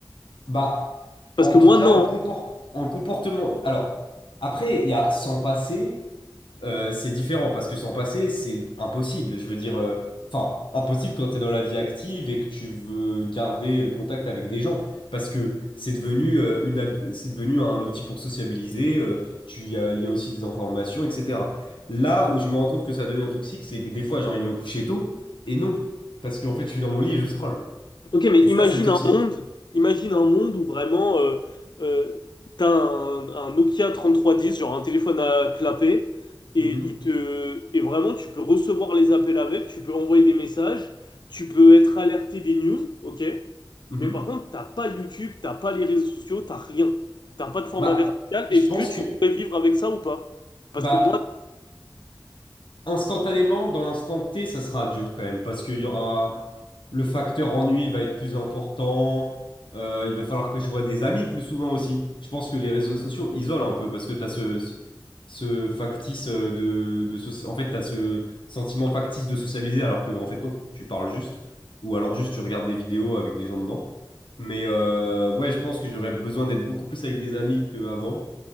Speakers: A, on the left; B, on the left.
A: Bah,
B: Parce
A: en
B: que
A: tout
B: moi,
A: cas,
B: non.
A: un compor- un comportement. Alors, après, il y a s'en passer, euh, c'est différent parce que s'en passer, c'est impossible. Je veux dire, euh, enfin, impossible quand tu es dans la vie active et que tu veux garder le contact avec des gens parce que c'est devenu, euh, une, hab- c'est devenu un outil pour sociabiliser. euh, tu, il y a, il y a aussi des informations, etc. Là où je me rends compte que ça devient toxique, c'est que des fois, j'ai envie de me coucher tôt et non, parce qu'en fait, je suis dans mon lit et je scrolle.
B: Ok, mais
A: Et
B: imagine
A: ça, c'est toxique.
B: un monde, imagine un monde où vraiment euh, euh, t'as un, un Nokia 3310, genre un téléphone à clapet, et
A: Mhm.
B: il te, et vraiment tu peux recevoir les appels avec, tu peux envoyer des messages, tu peux être alerté des news, ok.
A: Mhm.
B: Mais par contre, t'as pas YouTube, t'as pas les réseaux sociaux, t'as rien, t'as pas de format
A: Bah,
B: vertical.
A: je
B: Est-ce
A: pense
B: que tu
A: que
B: pourrais vivre avec ça ou pas? Parce
A: bah,
B: que moi,
A: Instantanément, dans l'instant T, ça sera dur quand même, parce qu'il y aura le facteur ennui va être plus important. Euh, il va falloir que je vois des amis plus souvent aussi. Je pense que les réseaux sociaux isolent un peu parce que tu as ce, ce factice de, de soci- en fait, tu as ce sentiment factice de sociabiliser alors que, en fait, non, tu parles juste ou alors juste tu regardes des vidéos avec des gens dedans. Mais euh, ouais, je pense que j'aurais besoin d'être beaucoup plus avec des amis qu'avant